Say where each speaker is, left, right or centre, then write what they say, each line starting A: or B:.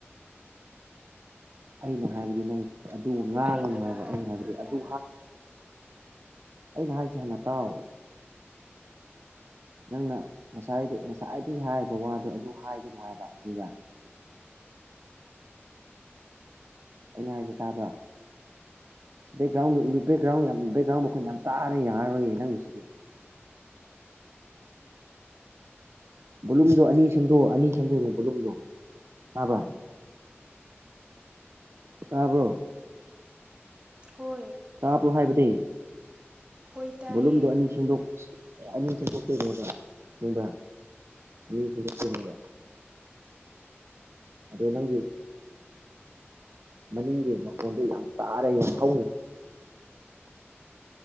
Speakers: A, on the right (about 70°); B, on the right (about 25°).
A: ꯑꯅ ꯍꯥꯏꯕꯗꯤ ꯅꯪ ꯑꯗꯨ ꯉꯥꯡꯉꯅꯨ
B: ꯋꯥꯍꯩ ꯈꯔ
A: ꯍꯥꯏꯕ
B: ꯍꯥꯏꯅꯈ꯭ꯔꯦ
A: ꯑꯩꯅ ꯍꯥꯏꯕꯗꯤ ꯑꯗꯨ
B: ꯍꯥꯏꯕ
A: ꯑꯩꯅ ꯍꯥꯏꯁꯦ ꯍꯥꯟꯅ ꯇꯥꯎ ꯅꯪꯅ ꯉꯁꯥꯏꯗ ꯉꯁꯥꯏꯗꯒꯤ ꯍꯥꯏꯔꯤꯕ ꯋꯥꯗꯨꯣ ꯑꯗꯨ ꯍꯥꯏꯒꯅꯨ ꯍꯥꯏꯕ ꯈꯪꯕ꯭ꯔ ꯑꯩꯅ ꯍꯥꯏꯁ ꯇꯥꯕ꯭ꯔꯥ ꯕꯦꯛꯒ꯭ꯔꯥꯎꯟ ꯕꯦꯛꯒ꯭ꯔꯥꯎꯟ ꯌꯥꯝ ꯕꯦꯛꯒ꯭ꯔꯥꯎꯟ ꯃꯈꯣꯏꯅ ꯌꯥꯝ ꯇꯥꯅ ꯌꯥꯔꯣꯏꯌꯦ ꯅꯪꯁꯤꯗꯤ ꯕꯣꯂꯨꯝꯗꯣ ꯑꯅꯤ ꯁꯦꯝꯗꯣꯛꯑꯣ ꯑꯅꯤ ꯁꯦꯝꯗꯣꯏꯅꯦ ꯕꯣꯂꯨꯝꯗꯣ ꯇꯥꯕ꯭ꯔꯥ ꯇꯥꯕ꯭ꯔꯣ
B: ꯍꯣꯏ
A: ꯄ꯭ꯔꯣ ꯍꯥꯏꯕꯗꯤ
B: ꯍꯣꯏ ꯇꯥꯏꯌꯦ
A: ꯕꯣꯂꯨꯝꯗꯣ ꯑꯅꯤ ꯁꯦꯡꯗꯣꯛ ꯑꯦ ꯑꯅꯤ ꯊꯗꯣꯛꯀꯣꯏꯅꯦꯕ ꯅꯨꯡꯕ꯭ꯔ ꯑꯅꯤ ꯁꯗꯣꯛꯀꯣꯏꯅꯦꯕ ꯑꯗꯣ ꯅꯪꯒꯤ ꯃꯅꯤꯡꯒꯤ ꯃꯈꯣꯟꯗ ꯌꯥꯝ ꯇꯥꯔꯦ ꯌꯥꯝ ꯍꯧꯔꯦ